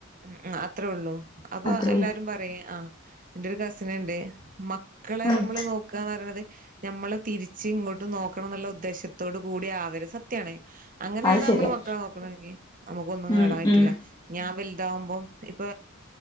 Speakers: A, on the right; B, on the left.
A: ഉം അ അത്രേ ഒള്ളൂ അപ്പൊ
B: അത്രേ
A: എല്ലാരും
B: ഉള്ളൂ
A: പറയ് ആഹ് ഇന്റെ ഒരു കസിന് ഇണ്ട് മക്കളെ
B: ഉം
A: മ്മള് നോക്കാ പറണത്. ഞമ്മളെ തിരിച്ച് ഇങ്ങോട്ട് നോക്കണം ന്ന്ള്ള ഉദ്ദേശത്തോട് കൂടി ആവര്ത് സത്യാണ്. അങ്ങനെണ്
B: അത് ശരിയാ
A: നമ്മള് മക്കളെ നോക്ക്ണങ്കി നമുക്കൊന്നും
B: ഉം
A: നേടാൻ പറ്റൂല.
B: ഉം
A: ഞാൻ വൽതാവുമ്പോം ഇപ്പ